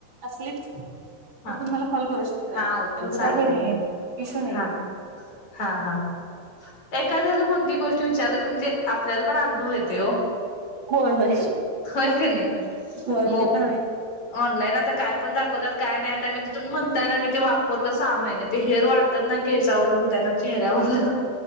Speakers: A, on the right (about 35°); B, on the left (about 35°).
A: असलीत तर
B: हा
A: तुम्ही मला कॉल करू शकताय,
B: हा ओके
A: एवढं
B: चालतय
A: काय हे नाही
B: की
A: आहे इश्यू नाहीे.
B: हा हा हा एखाद्याला कोणती गोष्ट विचारलं की म्हणजे आपल्याला पण अनुभव येतोय हो
A: होय होय
B: होय क नाही
A: होय
B: मो
A: ते पण आहे
B: ऑनलाईन आता काय पण दाखवतात, काय नाही आता मी तिथून म्हणताय ना मी ती वा पूर्ण सहा महिने ते हेयर वाढतात ना, केसावरल म्हणताय ना चेहऱ्यावरल